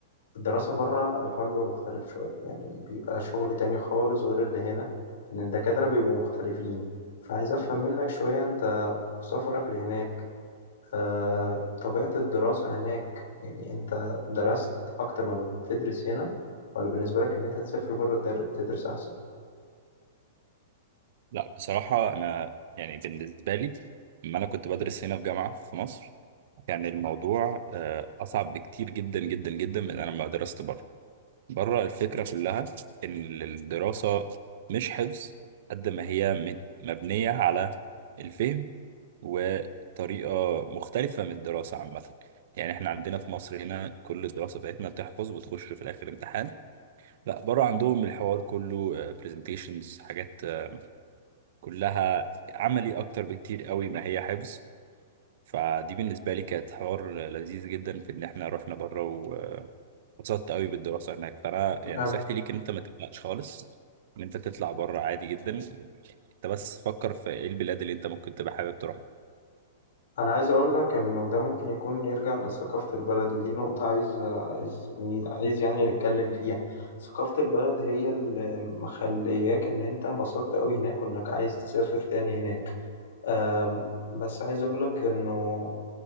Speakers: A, on the left (about 80°); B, on the right (about 45°).
A: الدراسه بره الحوار بيبقى مختلف شويه يعني بيبقى شغل تاني خالص غير اللي هنا ان الدكاتره بيبقوا مختلفين فعايز افهم منك شويه انت في سفرك لهناك آه، طبيعة الدراسة هناك يعني أنت درست أكتر ما بتدرس هنا ولا بالنسبة لك إن أنت تسافر بره در- تدرس أحسن؟
B: لا بصراحة أنا يعني بالنسبة لي لما أنا كنت بدرس هنا في جامعة في مصر كان الموضوع آه، أصعب بكتير جدا جدا جدا من أنا لما درست بره بره الفكرة كلها إن الدراسة مش حفظ قد ما هي م- مبنية على الفهم وطريقة مختلفة من الدراسة عامة يعني احنا عندنا في مصر هنا كل الدراسة بتاعتنا بتحفظ وتخش في الآخر امتحان لا بره عندهم الحوار كله برزنتيشنز حاجات آه، كلها عملي أكتر بكتير قوي ما هي حفظ فدي بالنسبة لي كانت حوار لذيذ جدا في إن احنا رحنا بره اتبسطت قوي بالدراسه هناك فانا يعني
A: أنا
B: نصيحتي ليك ان انت ما مم. تقلقش خالص ان انت تطلع بره عادي جدا انت بس فكر في ايه البلاد اللي انت ممكن تبقى حابب تروح
A: أنا عايز أقول لك إنه ده ممكن يكون يرجع لثقافة البلد ودي نقطة عايز عايز عايز يعني نتكلم فيها ثقافة البلد هي اللي مخلياك إن أنت انبسطت أوي هناك وإنك عايز تسافر تاني هناك آم، بس عايز أقول لك إنه